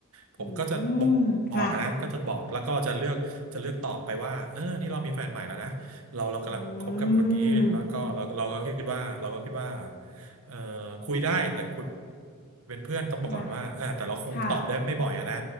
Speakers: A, on the right; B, on the left.
A: ผมก็จะบ
B: อืมค่ะ
A: อกนะก็จะบอกแล้วก็จะเลือกจะเลือกตอบไปว่าเออนี่เรามีแฟนใหม่แล้วนะ เราเรากำลังคบกับคนนี้แล้วก็เราเราก็คิดว่าเราก็คิดว่า
B: อืม
A: เอ่อคุยได้แต่คุยเป็นเพื่อนต้องบอกก่อนว่าอ่าแต่เราคงตอบได้ไม่บ่อยอะนะ
B: ค่ะค่ะ